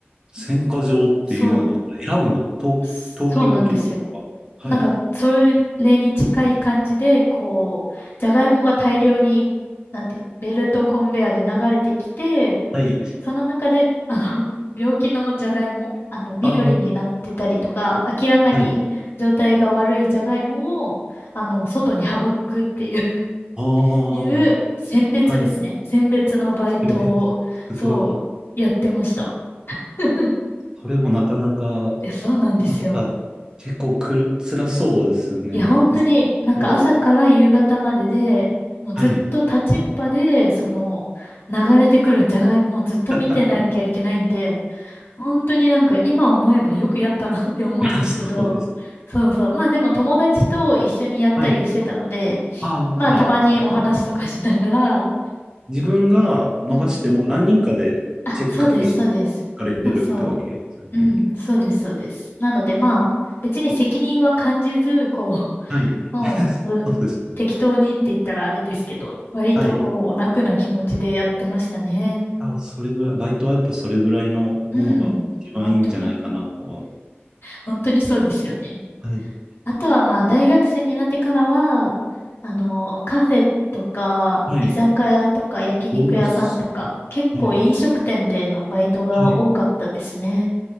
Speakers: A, on the right; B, on the left.
A: 選果場っていうの、
B: そう、
A: 選ぶ等、
B: そうなんですよ。
A: 等級分けというか、はい。
B: なんか、それに近い感じで、こう、じゃがいもが大量に、なんて、ベルトコンベアで流れてきて、
A: はい。
B: その中で、あの、<laughs> 病気のじゃがいも、あの、緑になってたりとか、
A: あ
B: 明らかに状態が悪いじゃがいもを、
A: あ、はい。
B: あの、外に省くっていう <laughs>、
A: ああ、
B: いう選別ですね。
A: はい。
B: 選別のバイトを、
A: 選別、すごい。
B: そう、やってました。<laughs>
A: それもなかなか、
B: え、そうなんですよ。
A: なんか、結構くる、辛そうですよね。
B: いや、本当になんか朝から夕方までで、
A: ずっと。
B: もうずっと立ちっぱで、
A: はい。
B: その流れてくるじゃがいもをずっと見てなきゃいけないんで、
A: <laughs>
B: 本当になんか今思えばよくやったなって思うんですけど、
A: 辛そうです。
B: そうそう。まあでも友達と一緒にやったりしてたので、
A: はい。ああ、だから、
B: まあたまにお話とかしながら、
A: そこで自分が逃しても何人かでチェック対象が置かれてるってわけですよね。
B: うん。あ、そうです、そうです。そうそう。うん、そうです、そうです。なのでまあ、別に責任は感じず、こ
A: はい。
B: う、もうん、
A: <laughs>
B: ら
A: そうですね。
B: 適当にって言ったらあれですけど、割とこう、
A: はい。
B: 楽な気持ちでやってましたね。
A: あ、それぐらい、バイトはやっぱそれぐらいのものが一番いいんじゃないかなとは。
B: うん。本当に、本当にそうですよね。
A: はい。
B: あとはまあ、大学生になってからは、あの、カフェとか、
A: はい。
B: 居酒屋とか、焼肉屋さんとか、
A: おー、す
B: 結構飲食店でのバイトが多かったですね。
A: はい。はい。